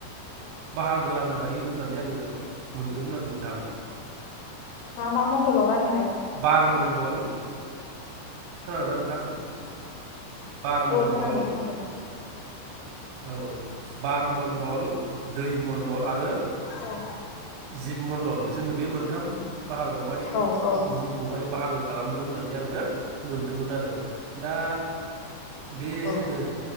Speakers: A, on the right; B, on the left.
A: बाहागो राननो हायो होननानै आङो मोन <unintelligible> नोंथां
B: मा मा मण्डलाव रान
A: बार मण्डल खोनादों ना नोंथां बार
B: औ
A: मण्डल
B: खोनादों खोनादों
A: औ बार मण्डल
B: औ
A: दै मण्डल आरो
B: औ
A: जिब मण्डल जोङो बे मोनथाम बाहागोआवहाय
B: औ
A: बुहुमखौहाय बाहागो खालामदों होननानै आङो मोनदोंमोन आरो दा बे
B: औ
A: जोङो